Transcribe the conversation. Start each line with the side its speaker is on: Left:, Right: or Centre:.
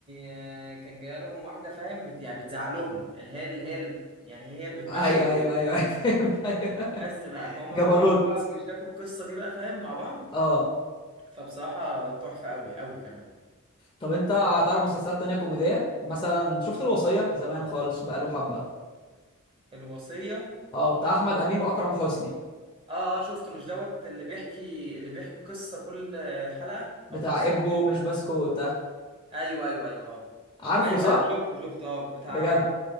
Right: آه، كان جالهم واحده فاهم بت... يعني بتزعق لهم يعني هي اللي هي اللي بت... يعني هي اللي بتمشي
Left: ايوه
Right: البيت
Left: ايوه ايوه <laughs> أيوة، فهمت ايوه
Right: بس بقى فهم بقى
Left: جبروت
Right: بيحكوا بقى وبيشاركوا القصه دي بقى فاهم مع بعض
Left: اه
Right: فبصراحة تحفة قوي قوي كمان
Left: طب انت هتعرف مسلسلات تانية كوميدية مثلا شفت الوصية زمان خالص بقاله حبة
Right: الوصية
Left: اه بتاع احمد امين واكرم حسني
Right: اه اه شفته مش دوت اللي بيحكي اللي بيحكي قصة كل حلقة
Left: بتاع
Right: او تحس
Left: ابو
Right: ان هو بيبقى
Left: مش بسكوت آه.
Right: ايوه ايوه ايوه اه
Left: عارفه
Right: ايوه
Left: صح
Right: ايوه شفته شفته اه بتاع
Left: بجد